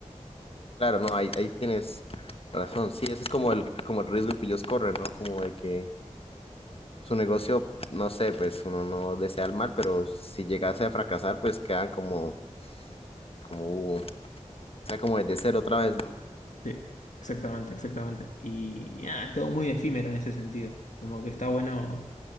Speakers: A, on the left (about 50°); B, on the left (about 80°).
A: Claro, no, ahí, ahí tienes razón. Sí, ese es como el, como el riesgo que ellos corren, ¿no? Como de que su negocio, no sé, pues uno no desea el mal, pero si llegase a fracasar, pues quedan como, como, uh, o sea, como desde cero otra vez, ¿no?
B: Sí, exactamente, exactamente. Y, y nada, es todo muy efímero en ese sentido. Como que está bueno